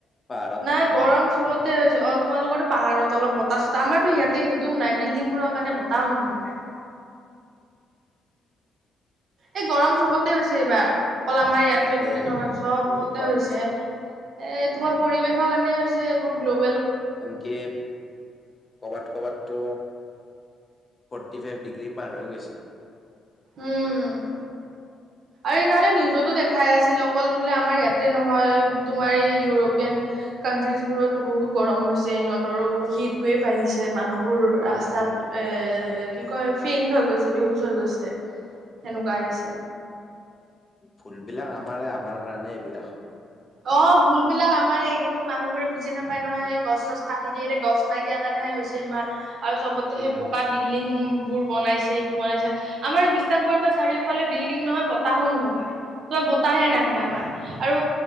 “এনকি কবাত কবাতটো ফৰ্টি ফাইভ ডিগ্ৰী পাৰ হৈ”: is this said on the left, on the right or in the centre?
Left